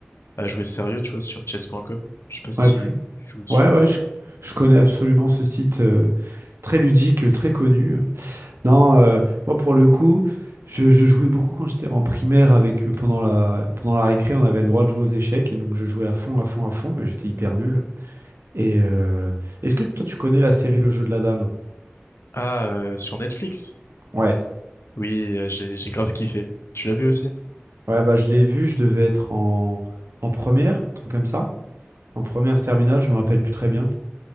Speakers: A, on the left; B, on the right.
A: à jouer sérieux, tu vois, sur chess.com. Je sais pas si
B: Ouais, plus...
A: tu joues dessus
B: ouais,
A: aussi.
B: ouais, je, je connais absolument ce site euh, très ludique, euh, très connu. Non, euh, moi pour le coup, je, je jouais beaucoup quand j'étais en primaire avec eux pendant la, pendant la récré, on avait le droit de jouer aux échecs et donc je jouais à fond, à fond, à fond, mais j'étais hyper nul. Et euh, est-ce que toi tu connais la série Le jeu de la dame?
A: Ah, euh, sur Netflix.
B: Ouais,
A: Oui, euh, j'ai j'ai grave kiffé. Tu l'as vu aussi?
B: ouais, bah je l'ai vu, je devais être en, en première, un truc comme ça. En première terminale, je me rappelle plus très bien.